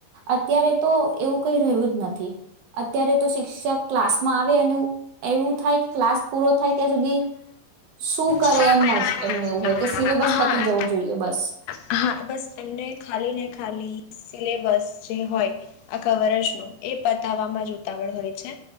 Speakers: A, on the right; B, on the left.
A: અત્યારે તો એવું કઈ રહ્યું જ નથી અત્યારે તો શિક્ષક ક્લાસમાં આવે અને એવું એવું થાય ક્લાસ પૂરો થાય ત્યાં સુધી શું કરે
B: હા.
A: એમ જ એમને એવું હોય કે સિલેબસ
B: હા
A: પતી જવું જોઈએ બસ
B: હા બસ એમને ખાલી ને ખાલી સિલેબસ જે હોય આખા વર્ષનું એ પતાવવામાં જ ઉતાવળ હોય છે